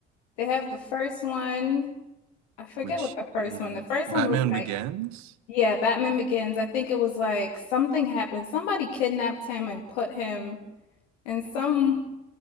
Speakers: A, on the left; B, on the right.
A: they have the first one. I forget
B: Which
A: what the first
B: is
A: one. The first
B: Batman
A: one was like,
B: Begins?
A: yeah, Batman Begins. I think it was like something happened. Somebody kidnapped him and put him in some